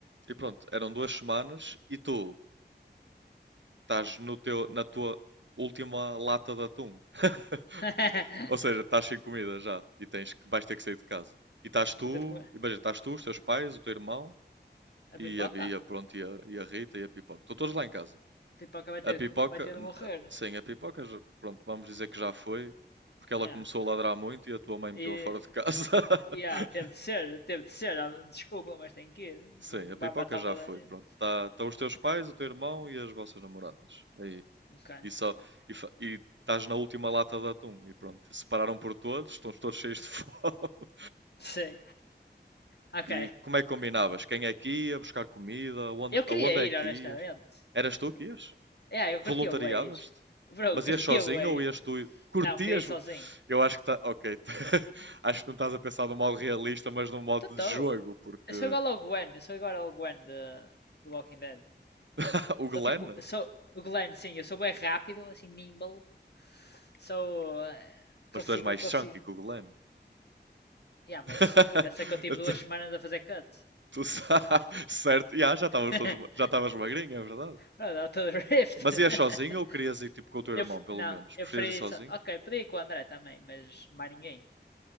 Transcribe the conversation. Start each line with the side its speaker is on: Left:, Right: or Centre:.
Right: e pronto, eram duas semanas e tu estás no teu, na tua última lata de atum. <laughs>
Left: <laughs>
Right: Ou seja, estás sem comida já e tens que, vais ter que sair de casa. E estás tu,
Left: Vou ter de comer.
Right: imagina, estás tu, os teus pais, o teu irmão
Left: A
Right: e
Left: pipoca?
Right: a Bia, pronto, e a, e a Rita e a Pipoca. Estão todos lá em casa.
Left: A pipoca vai
Right: A
Left: ter
Right: pipoca,
Left: de, vai ter de
Right: n-
Left: morrer.
Right: a- sim, a pipoca, já- pronto, vamos dizer que já foi, porque ela
Left: Yeah.
Right: começou a ladrar muito e a tua mãe
Left: E.
Right: meteu-a fora de casa. <laughs>
Left: Yeah, teve de ser, teve de ser,
Right: S-
Left: ah, desculpa, mas tem que ir.
Right: Sim,
Left: Não
Right: a pipoca
Left: vai matar
Right: já
Left: toda
Right: foi,
Left: a gente.
Right: pronto. Tá, tá os teus pais, o teu irmão e as vossas namoradas. Aí.
Left: Ok.
Right: E só, e, fa- e estás na última lata de atum e pronto. Separaram por todos, estão todos cheios de <laughs> fome.
Left: Sim. Ok.
Right: E como é que combinavas? Quem é que ia buscar comida? Aonde,
Left: Eu queria
Right: aonde
Left: ir,
Right: é que
Left: honestamente.
Right: ias? Eras tu que ias?
Left: Yeah, eu curtia
Right: Voluntariavas-te?
Left: o Wade, Bro,
Right: Mas
Left: eu curtia
Right: ias sozinho
Left: o Wade,
Right: ou ias tu? Curtias?
Left: Não, queria ir sozinho.
Right: Eu acho que tá. Ok. <laughs> acho que não estás a pensar de um modo realista, mas num modo
Left: Totó.
Right: de jogo, porque.
Left: Eu sou igual ao Gwen. Eu sou igual ao Gwen de, de Walking Dead.
Right: <laughs> o Glenn?
Left: Sou tipo. Sou, o Glenn, sim, eu sou bem rápido, assim, nimble. Sou. eh, Consigo,
Right: Mas tu és mais
Left: consigo.
Right: chunky que o Glenn.
Left: Yeah,
Right: <laughs>
Left: mas pensa que eu tive duas
Right: tu,
Left: semanas a fazer cut.
Right: tu sa- <laughs> Certo. Ya, já estavas
Left: <laughs>
Right: todos. Já estavas magrinho, é verdade.
Left: Bro, dá todo rift.
Right: Mas
Left: <laughs>
Right: ias sozinho ou querias ir tipo com o teu
Left: eu,
Right: irmão, pelo
Left: não,
Right: menos?
Left: eu
Right: Preferias
Left: preferi.
Right: ir sozinho?
Left: Ok, podia ir com o André também, mas mais ninguém.